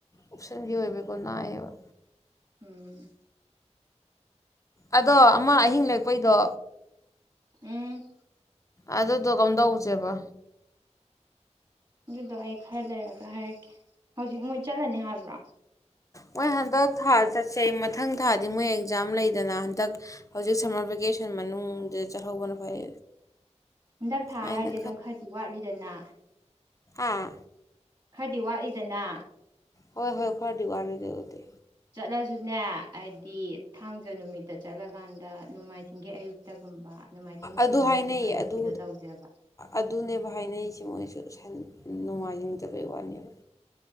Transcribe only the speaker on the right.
ꯎꯝ
ꯎꯝ
ꯑꯗꯨꯗꯣ ꯑꯩ ꯈꯔ ꯂꯩꯔꯒ ꯍꯥꯏꯔꯛꯀꯦ ꯍꯧꯖꯤꯛ ꯃꯣꯏ ꯆꯠꯂꯅꯤ ꯍꯥꯏꯕ꯭ꯔꯣ
ꯍꯟꯗꯛ ꯊꯥ
ꯍꯥꯏꯖꯦ ꯑꯗꯨꯝ ꯈꯔꯗꯤ ꯋꯥꯠꯂꯤꯗꯅ
ꯈꯔꯗꯤ ꯋꯥꯠꯂꯤꯗꯅ
ꯆꯠꯂꯖꯨꯅꯦ ꯍꯥꯏꯗꯤ ꯊꯥꯡꯖ ꯅꯨꯃꯤꯠ ꯗ ꯆꯠꯂꯀꯥꯟꯗ ꯅꯣꯡꯃꯥꯏꯖꯤꯡꯒꯤ ꯑꯌꯨꯛꯇꯒꯨꯝꯕ ꯅꯣꯡꯃꯥꯏꯖꯤꯡ ꯅꯨꯡꯊꯤꯟꯗꯒꯨꯝꯕ
ꯍꯜꯂꯛꯄꯤꯗꯣ
ꯇꯧꯁꯦꯕ
ꯎꯝ